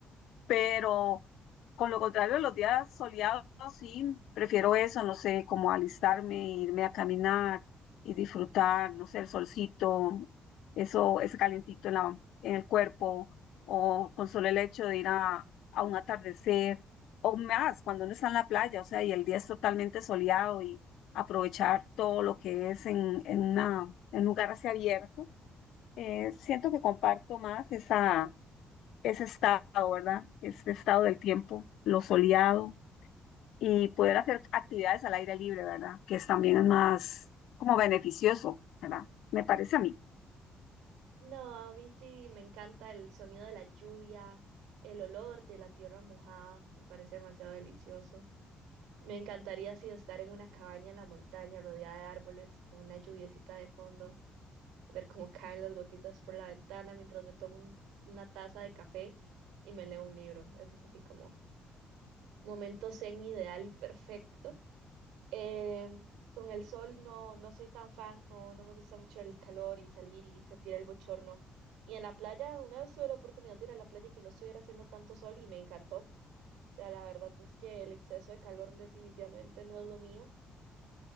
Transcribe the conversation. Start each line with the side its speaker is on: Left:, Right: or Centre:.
Left: pero con lo contrario, los días soleados sí, prefiero eso, no sé, como alistarme, irme a caminar y disfrutar, no sé, el solcito, eso, ese calentito en la, en el cuerpo, o con solo el hecho de ir a, a un atardecer, o más, cuando uno está en la playa, o sea, y el día es totalmente soleado y aprovechar todo lo que es en, en, una, en un lugar así abierto, eh, siento que comparto más esa, ese estado, ¿verdad? Ese estado del tiempo, lo soleado y poder hacer actividades al aire libre, ¿verdad? Que es también es más como beneficioso, ¿verdad? Me parece a mí.
Right: No, a mí sí me encanta el sonido de la lluvia, el olor de la tierra mojada, me parece demasiado delicioso. Me encantaría así estar en una cabaña en la montaña rodeada de árboles con una lluviecita de fondo, ver cómo caen las gotitas por la ventana mientras me tomo un- una taza de café y me leo un libro. Eso es así como momento zen ideal y perfecto. Eh, con el sol no, no soy tan fan, no, no me gusta mucho el calor y salir y sentir el bochorno. Y en la playa, una vez tuve la oportunidad de ir a la playa y que no estuviera haciendo tanto sol y me encantó. O sea, la verdad es que el exceso de calor definitivamente no es lo mío.